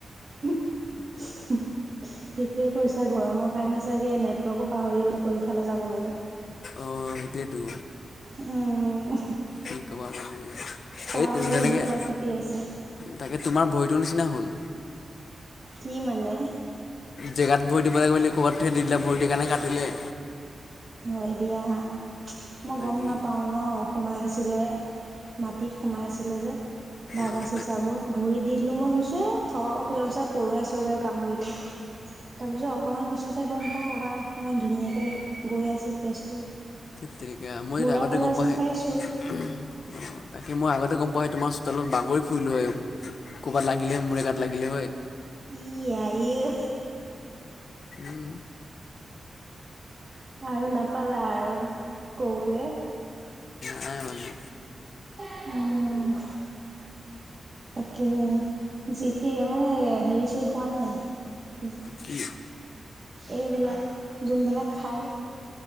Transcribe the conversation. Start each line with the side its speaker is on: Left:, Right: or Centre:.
Right: <unintelligible> ঠিকে কৈছা গৰমৰ কাৰণে চাগে নেটৱৰ্কো পাহৰি গলে কোনফালে যাব লাগে।
Left: অঁ' সেইটোৱে তো।
Right: উম,
Left: কি ক'বা মানে,
Right: টাৱাৰৰ
Left: এইটোৱে যেনেকে-
Right: দুটা খুটি আছে
Left: তাকে, তোমাৰ ভৰিটোৰ নিচিনা হ'ল।
Right: কি মানে?
Left: জেগাত ভৰি দিব লাগে বুলি ক'ৰবাত থে দি দিলে ভৰিত সেই কাৰণে কাটিলে।
Right: হয় দিয়া, মই
Left: তাকেই
Right: গম নাপাওঁ ন। সোমাই আছিলে, মাটিত সোমাই আছিলে যে ভাগা
Left: অ
Right: চিচাবোৰ।
Left: তাকেই
Right: ভৰি দি দিলোঁ মই ভাবিছো থ কিবা পৰুৱাই-চৰুৱাই কামুৰিলে। তাৰপিছত অকমান পিছতেহে গম পাওঁ বাহ ইমান ধুনীয়াকে গৈ আছে তেজটো।
Left: ধেৎ তেৰিকা মই
Right: বুঢ়া
Left: এই আগতে
Right: বুঢ়া
Left: গম
Right: যেন
Left: পাহে-
Right: পাইছোঁ
Left: অঁ তাকে মই আগতে গম পোৱােই তোমাৰ চোতালত বাগৰি ফুৰিলোঁ হয়। ক'বাত লাগিলে মূৰে গাত লাগিলে হয়।
Right: ই আই উ।
Left: উম'
Right: আৰু নাপালা আৰু। ক'বলে
Left: নাই মানে।
Right: উম' তাকেহে, জিটি মানে হেৰি চেৰি খোৱা নে নাই?
Left: কি
Right: এইবিলাক যোনবিলাক খায়।